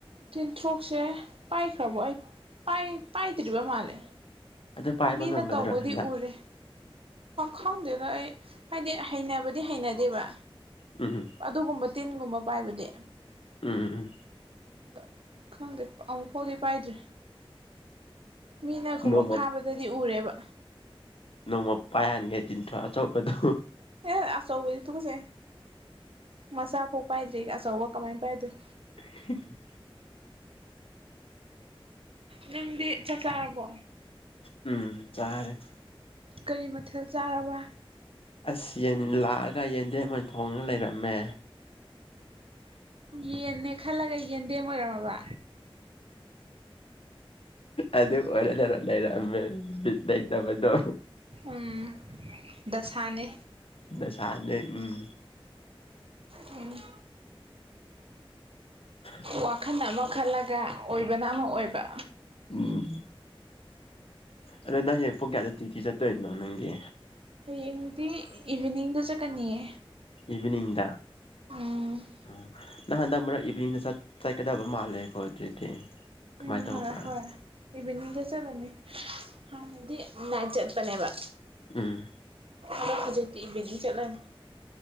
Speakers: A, on the right (about 70°); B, on the left (about 70°).
A: ꯇꯦꯟꯊ꯭ꯔꯣꯛꯁꯦ ꯄꯥꯏꯈ꯭ꯔꯕꯣ ꯑꯩ ꯄꯥꯏ ꯄꯥꯏ ꯇꯔꯔꯤꯕ ꯃꯥꯦ
B: ꯑꯗꯨ ꯄꯥꯏꯕ
A: ꯃꯤꯅ
B: ꯉꯝꯒꯗ꯭ꯔꯣ
A: ꯇꯧꯕꯗꯤ
B: ꯍꯟꯗꯛ
A: ꯎꯔꯦ ꯈꯪꯗꯦꯗꯣ ꯑꯩ ꯍꯥꯏꯗꯤ ꯍꯩꯅꯕꯗꯤ ꯍꯩꯅꯗꯦꯕ
B: ꯎꯝꯝ
A: ꯑꯗꯨꯒꯨꯝꯕ ꯇꯤꯟꯒꯨꯝꯕ ꯄꯥꯏꯕꯗꯤ
B: ꯎꯝ ꯎꯝ
A: ꯑꯗꯣ ꯈꯪꯗꯦ ꯑꯃꯨꯛ ꯐꯥꯎꯗꯤ ꯄꯥꯏꯗ꯭ꯔꯦ ꯃꯤꯅꯒꯨꯝꯕ
B: ꯅꯣꯡꯃ
A: ꯐꯥꯕꯗꯗꯤ ꯎꯔꯦꯕ
B: ꯅꯣꯡꯃ ꯄꯥꯏꯍꯅꯤꯡꯉꯥꯏ ꯇꯤꯟꯊ꯭ꯔ ꯑꯆꯧꯕꯗꯣ
A: ꯑꯦ ꯑꯆꯧꯕꯗꯤ ꯊꯨꯁꯩ ꯃꯆꯥꯐꯧ ꯄꯥꯏꯗ꯭ꯔꯤꯒ ꯑꯆꯧꯕ ꯀꯃꯥꯏꯅ ꯄꯥꯏꯗꯣꯏꯣ
B: <unintelligible>
A: ꯅꯪꯗꯤ ꯆꯥꯛ ꯆꯥꯔꯕꯣ
B: ꯎꯝ ꯇꯥꯔꯦ
A: ꯀꯔꯤ ꯃꯊꯦꯜ ꯆꯥꯔꯕ
B: ꯑꯁ ꯌꯦꯟ ꯂꯥꯛꯑꯒ ꯌꯦꯟꯗꯦꯝ ꯑꯣꯏꯅ ꯊꯣꯡꯉꯒ ꯂꯩꯔꯝꯃꯦ
A: ꯌꯦꯅꯦ ꯈꯜꯂꯒ ꯌꯦꯟꯗꯦꯝ ꯑꯣꯏꯔꯝꯃꯕ
B: ꯑꯗ ꯑꯣꯔꯂꯔ ꯂꯩꯥꯏꯔꯃꯦꯅꯩꯇꯃꯗꯣ
A: ꯎꯝ ꯗꯁꯥꯅꯦ
B: ꯗꯥꯁꯥꯗꯤ ꯎꯝ
A: ꯎꯝ
B: ꯎꯝ
A: ꯋꯥꯈꯜꯅ ꯑꯃ ꯈꯜꯂꯒ ꯑꯣꯏꯕꯅ ꯑꯃ ꯑꯣꯏꯕ
B: ꯎꯝ ꯑꯗꯣ ꯅꯪ ꯄꯨꯡ ꯀꯌꯥꯗ ꯗ꯭ꯌꯨꯇꯤ ꯆꯠꯇꯣꯏꯅꯣ ꯅꯪꯗꯤ
A: ꯍꯌꯦꯡꯗꯤ ꯏꯚꯤꯅꯤꯡꯗ ꯆꯠꯀꯅꯤꯌꯦ
B: ꯏꯚꯤꯅꯤꯡꯗ
A: ꯎꯝ
B: ꯎꯝ ꯅꯪ ꯍꯟꯗꯛ ꯃꯔꯛ ꯏꯚꯤꯅꯤꯡꯗ ꯆꯠꯀꯗꯕ ꯃꯥꯜꯂꯦꯀꯣ ꯑꯗꯨꯗꯤ ꯀꯃꯥꯏꯅ
A: ꯎꯝ
B: ꯇꯧꯕ꯭ꯔꯥ
A: ꯍ ꯍꯣꯏ ꯏꯚꯤꯅꯤꯡꯗ ꯆꯠꯂꯅꯤ ꯍꯥꯟꯅꯗꯤ ꯅꯥꯏꯠ ꯆꯠꯄꯅꯦꯕ
B: ꯎꯝ
A: ꯑꯗꯣ ꯍꯧꯖꯤꯛꯇꯤ ꯏꯚꯤꯅꯤꯡꯗ ꯆꯠꯂꯅꯤ